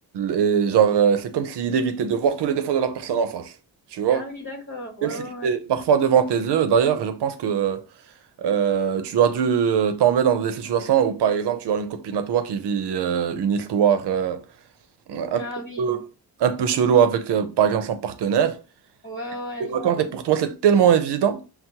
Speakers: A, on the right; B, on the left.
A: et genre, euh, c'est comme s'il évitait de voir tous les défauts de la personne en face, tu vois?
B: ah oui, d'accord, ouais,
A: Même si
B: ouais, ouais.
A: c'est parfois devant tes yeux, d'ailleurs, je pense que euh, tu as dû euh, tomber dans des situations où, par exemple, tu as une copine à toi qui vit euh, une histoire euh, un
B: ah
A: peu,
B: oui,
A: un peu chelou avec, euh, par exemple, son partenaire.
B: ouais, ouais,
A: Tu le racontes,
B: genre,
A: et pour toi, c'est tellement évident,